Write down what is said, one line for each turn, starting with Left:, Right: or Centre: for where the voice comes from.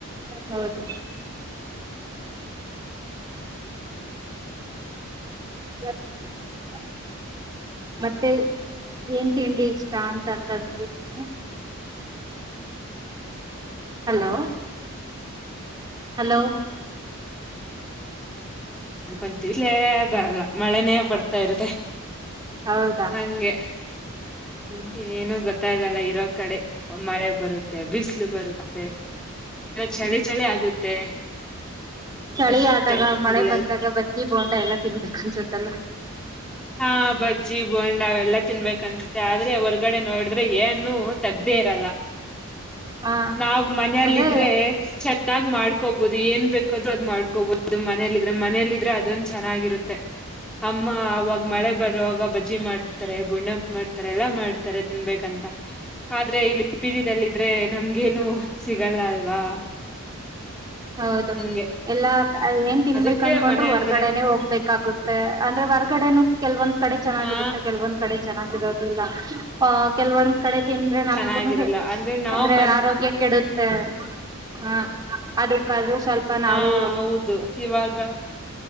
Right: ಹೌದು
Centre: <inaudible>
Right: <unintelligible> ಮತ್ತೆ ಏನ್ ತಿಂಡಿ ಇಷ್ಟ ಅಂತಂತಂದ್ರಿ ನೀವು
Centre: <inaudible>
Right: ಹಲೋ ಹಲೋ
Centre: ಅನ್ಕೊಂತೀವಿ ಇಲ್ಲೇ ಬರಲ್ಲ ಮಳೆನೇ ಬರ್ತಾ ಇರುತ್ತೆ
Right: ಹೌದಾ
Centre: ಹಂಗೆ <inaudible>
Right: ಹ್ಮ್
Centre: ಏನು ಗೊತ್ತ ಗೊತ್ತಾಗಲ್ಲ ಇರೋ ಕಡೆ ಮಳೆ ಬರುತ್ತೆ ಬಿಸಿಲು ಬರುತ್ತೆ ಚಳಿ
Right: ಹ್ಮ್
Centre: ಚಳಿ ಆಗುತ್ತೆ
Right: ಚಳಿ
Centre: ಅಷ್ಟೆ
Right: ಆದಾಗ ಮಳೆ
Centre: ಇಲ್ಲೆಲ್ಲ
Right: ಬಂದಾಗ ಬಜ್ಜಿ ಬೋಂಡ ಎಲ್ಲಾ ತಿನ್ಬೇಕು ಅನ್ಸತ್ತಲ್ವಾ
Centre: ಹಾ ಬಜ್ಜಿ ಬೋಂಡ ಅವೆಲ್ಲಾ ತಿನ್ಬೇಕನ್ಸುತ್ತೆ ಆದ್ರೆ ಹೊರ್ಗಡೆ ನೋಡಿದ್ರೆ ಏನು ತಗ್ದೇ ಇರಲ್ಲ
Right: ಹಾ
Centre: ನಾವ್ ಮನೇಲ್ಲಿದ್ರೆ
Right: ಅಂದ್ರೆ
Centre: ಚೆನ್ನಾಗ್ ಮಾಡ್ಕೋಬೋದು ಏನ್ ಬೇಕಾದ ಮಾಡ್ಕೋಬಹದು ಮನೆಲ್ಲಿ ಇದ್ರೆ ಮನೆಲ್ಲಿ ಇದ್ರೆ ಅದೊಂದು ಚೆನ್ನಾಗಿರುತ್ತೆ ಅಮ್ಮ ಅವಾಗ ಮಳೆ
Right: ಹಾ
Centre: ಬರುವಾಗ ಬಜಿ ಮಾಡಿ ಮಾಡತಾರೆ ಬುಣ ಮಾಡ್ತಾರೆ ಎಲ್ಲಾ ಮಾಡ್ತಾರೆ ತಿನ್ಬೇಕಂತ ಆದ್ರೆ ಇಲ್ಲಿ ಪಿಜಿನಲ್ಲಿದ್ರೆ ನಮ್ಗೇನು ಸಿಗಲ್ಲ ಅಲ್ವಾ
Right: ಹೌದು
Centre: ಹಂಗೆ
Right: ಎಲ್ಲಾ ಏನ್ ತಿನ್ಬೇಕು
Centre: ಅದಕ್ಕೆ
Right: ಅನ್ಕೊಂಡ್ರು
Centre: ಮನೆ
Right: ಹೊರ್ಗಡೆನೇ
Centre: ಅಂದ್ರೆ
Right: ಹೋಗ್ಬೇಕಾಗುತ್ತೆ ಅಂದ್ರೆ ಹೊರ್ಗಡೆನು ಕೆಲ್ವೊಂದ ಕಡೆ ಚೆನ್ನಾಗಿರುತ್ತೆ
Centre: ಹಾ
Right: ಕೆಲವೊಂದ್ ಕಡೆ ಚೆನ್ನಾಗಿರೋದಿಲ್ಲ ಆಹ ಕೆಲವೊಂದು್ ಕಡೆ ತಿಿಂದ್ರೆ ನಮ್ಗು
Centre: ಚೆನ್ನಾಗಿರಲ್ಲ ನಾವ್
Right: ಅಂದ್ರೆ
Centre: ಮನ್
Right: ಆರೋಗ್ಯ ಕೆಡುತ್ತ <unintelligible> ಅದಕ್ಕಾದ್ರೂ ಸ್ವಲ್ಪ
Centre: ಹಾ
Right: ನಾವು
Centre: ಹೌದು ಇವಾಗ